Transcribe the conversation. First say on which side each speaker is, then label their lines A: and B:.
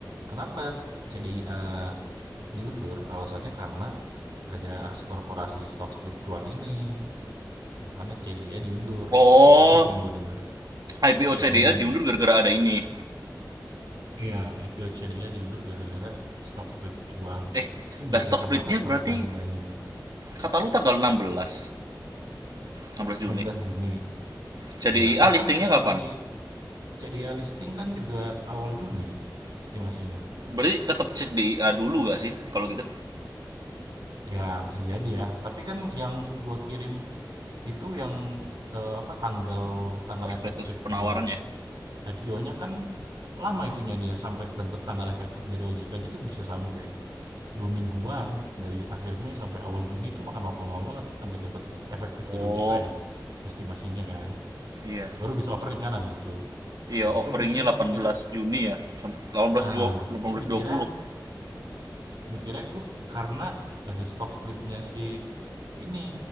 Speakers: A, on the right; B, on the right.
A: kenapa CDIA diundur? Alasannya karena ada aksi korporasi stock split cuan ini. Makanya CDIA diundur.
B: oh
A: Gitu sih yang gue dengar.
B: IPO
A: Mm-mm.
B: CDA diundur gara-gara ada ini
A: Iya, IPO CDIA diundur gara-gara stock split cuan.
B: eh
A: Mungkin
B: lah
A: biar
B: stock
A: nggak tabrakan
B: splitnya
A: kali
B: berarti
A: timeline-nya.
B: kata lu tanggal 16 16 Juni
A: 16 Juni.
B: CDIA
A: Ya, karena
B: listingnya
A: kan estimasi
B: kapan
A: CDIA listing kan juga awal Juni estimasinya.
B: Berarti tetap C D I a dulu gak sih kalau gitu?
A: Ya, bisa jadi ya. Tapi kan yang gua kirim Itu yang eh, apa tanggal tanggal
B: Prospektus
A: efektif
B: penawaran
A: buat
B: ya?
A: IPO-nya kan lama itunya dia sampai dapat tanggal efektif dari OJK aja tuh bisa sampai dua mingguan dari akhir Mei sampai awal Juni itu makan waktu lama banget sampai dapat efektif
B: Oh,
A: dari OJK ya estimasinya kan
B: Iya.
A: baru bisa offering kan abis itu
B: Iya,
A: nah itu
B: offeringnya
A: mungkin
B: delapan
A: gue mikirnya
B: belas Juni ya. Sam- 18
A: nah
B: Ju- delapan
A: gue
B: belas
A: mikirnya
B: dua puluh
A: mikirnya gue karena ada stock splitnya si ini